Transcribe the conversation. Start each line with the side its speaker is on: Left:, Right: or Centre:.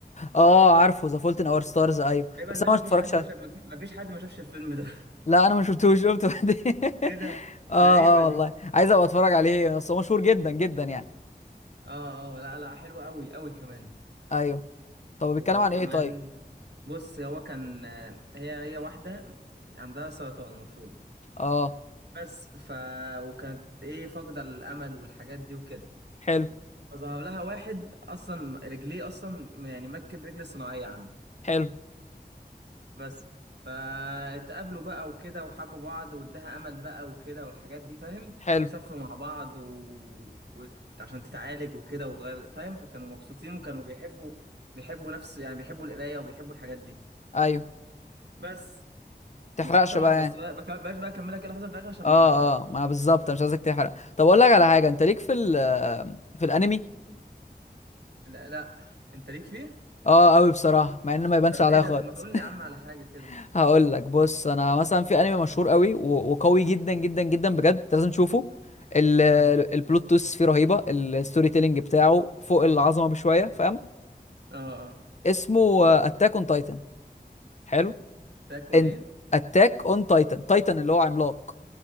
Left: اه عارفه ذا فولت ان اور ستارز ايوه
Right: تقريبا
Left: بس
Right: ده
Left: انا
Right: ما
Left: ما
Right: فيش
Left: اتفرجتش
Right: حد
Left: عليه
Right: ما شاف ما فيش حد ما شافش الفيلم ده
Left: لا انا ما شفتوش شفته بعدين
Right: <laughs> ايه ده
Left: <laughs> اه
Right: غريبة
Left: اه
Right: دي
Left: والله عايز ابقى اتفرج عليه بس هو مشهور جدا جدا يعني
Right: اه اه لا لا حلوة قوي قوي كمان
Left: ايوه طب
Right: وكمان
Left: بيتكلم عن ايه طيب
Right: بص هو كان هي هي واحدة عندها سرطان المفروض
Left: اه
Right: بس ف وكانت ايه فاقدة الأمل والحاجات دي وكده
Left: حلو
Right: فظهر لها واحد أصلا رجليه أصلا يعني مركب رجل صناعية عنده
Left: حلو
Right: بس فاتقابلوا بقى وكده وحبوا بعض واداها امل بقى وكده والحاجات دي فاهم
Left: حلو
Right: وسافروا مع بعض و... و... عشان تتعالج وكده وتغير فاهم فكانوا مبسوطين وكانوا بيحبوا بيحبوا نفس يعني بيحبوا القرايه وبيحبوا الحاجات دي
Left: ايوه
Right: بس
Left: تحرقش
Right: بس هو طبعا
Left: بقى
Right: بس
Left: يعني
Right: بقى بك- بلاش بقى اكملك ايه اللي حصل في الاخر عشان
Left: اه
Right: ما احرقهولك
Left: اه ما انا بالظبط مش عايزك تحرق طب اقول لك على حاجه انت ليك في ال في الانمي
Right: لا لا انت ليك فيه
Left: اه قوي بصراحه مع ان ما يبانش
Right: طب
Left: عليا
Right: ايه ده
Left: خالص
Right: طب ما تقول
Left: <laughs>
Right: لي يا عم على حاجه كده
Left: هقول لك بص انا مثلا في انمي مشهور قوي و- وقوي جدا جدا جدا بجد انت لازم تشوفه ال-
Right: اه
Left: البلوت تويست فيه رهيبه الستوري تيلينج بتاعه فوق العظمه بشويه فاهم
Right: اه اه
Left: اسمه اتاك اون تايتن حلو
Right: تاكون
Left: انت
Right: ايه
Left: اتاك اون تايتن تايتن اللي هو عملاق